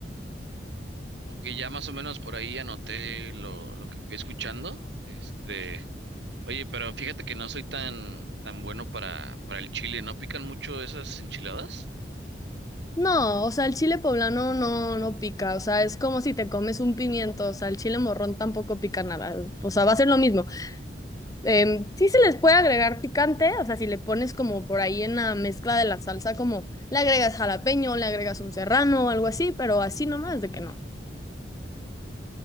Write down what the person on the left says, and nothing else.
No, o sea, el chile poblano no, no pica, o sea, es como si te comes un pimiento, o sea, el chile morrón tampoco pica nada, o sea, va a ser lo mismo. Em, sí se les puede agregar picante, o sea, si le pones como por ahí en la mezcla de la salsa, como le agregas jalapeño, le agregas un serrano o algo así, pero así nomás de que no.